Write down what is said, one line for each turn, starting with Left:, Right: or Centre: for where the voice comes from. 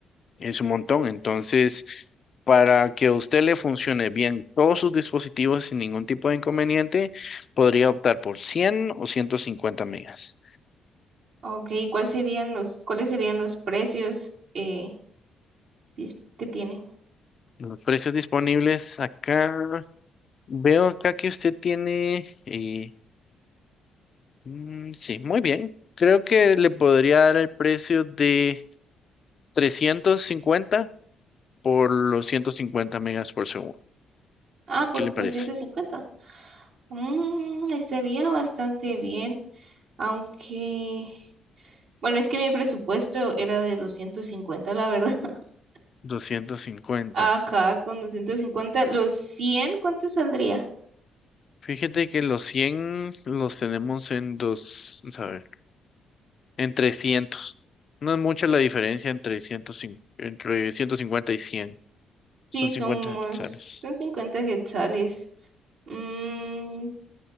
Left: Es un montón. Entonces, para que a usted le funcione bien todos sus dispositivos sin ningún tipo de inconveniente, podría optar por 100 o 150 megas.
Right: Ok, ¿cuál serían los, cuáles serían los precios eh, dis- que tiene?
Left: Los precios disponibles acá. Veo acá que usted tiene... eh, mm, sí, muy bien. Creo que le podría dar el precio de 350 por los 150 megas por segundo.
Right: Ah, por
Left: ¿Qué le parece?
Right: los 150. Mm, estaría bastante bien, aunque, bueno, es que mi presupuesto era de 250, la verdad. <laughs>
Left: 250.
Right: Ajá, con 250, los cien, ¿cuánto saldría?
Left: Fíjate que los 100 los tenemos en dos, vamos a ver, en 300. No es mucha la diferencia entre, 150 entre 150 y 100. Son
Right: Sí, somos,
Left: 50 quetzales.
Right: son 50 quetzales. Mm,